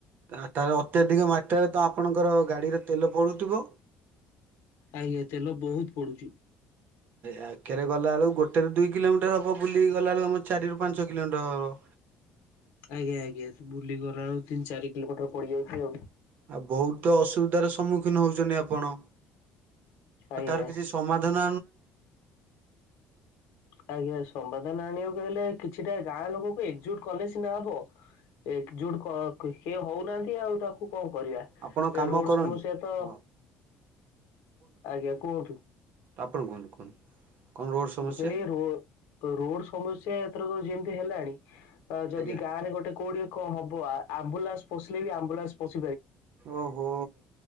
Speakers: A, on the right; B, on the left.
A: ଆ ତା ଅତ୍ୟଧିକ ମାତ୍ରାରେ ତ ଆପଣଙ୍କର ଗାଡିର ତେଲ ପୋଡୁଥିବ?
B: ଆଜ୍ଞା ତେଲ ବହୁତ ପୋଡୁଛି।
A: ଆଗରେ ଗଲା ବେଳକୁ ଗୋଟେରୁ ଦୁଇ କିଲୋମିଟର ହବ ବୁଲିକି ଗଲା ବେଳକୁ ଆମର ଚାରିରୁ ପାଞ୍ଚ କିଲୋମିଟର ହବ।
B: ଆଜ୍ଞା ଆଜ୍ଞା ବୁଲିଗଲା ଗଲା ବେଳକୁ ତିନି ଚାରି କିଲୋମଟର ପଡିଯାଉଛି ଆଉ।
A: ଆଉ ବହୁତ ଅସୁବିଧାର ସମ୍ମୁଖୀନ ହଉଛନ୍ତି ଆପଣ।
B: ଆଜ୍ଞା
A: ଆ ତାର କିଛି ସମାଧା <unintelligible>
B: ଆଜ୍ଞା ସମ୍ବାଦନ ଆଣିବାକୁ ହେଲେ କିଛିଟା ଗାଁ ଲୋକଙ୍କୁ ଏକଜୁଟ କଲେ ସିନା ହବ। ଏକଜୁଟ କ ହେ ହଉନାହାନ୍ତି ଆଉ ତାକୁ କଣ କରିବା
A: ଆପଣ କାମ
B: ଏ ରୋଡ
A: କରନ୍ତୁ
B: ସମସ୍ୟା ତ
A: ହଁ
B: ଆଜ୍ଞା କୁହନ୍ତୁ।
A: ତ ଆପଣ କୁହନ୍ତୁ କୁହନ୍ତୁ। କଣ ରୋଡ ସମସ୍ୟା
B: ମୁଁ କହିଲି ଏ ରୋ ରୋଡ ସମସ୍ୟା ଏଥରକ ଯେମିତି ତ ହେଲାଣି ତ ଯଦି
A: ଆଜ୍ଞା
B: ଗାଁରେ ଗୋଟେ କୋଉଠି କଣ ହବ ଆ ଆମ୍ବୁଲାନ୍ସ ପସିଲେ ବି ଆମ୍ବୁଲାନ୍ସ ପସି
A: ଓହୋ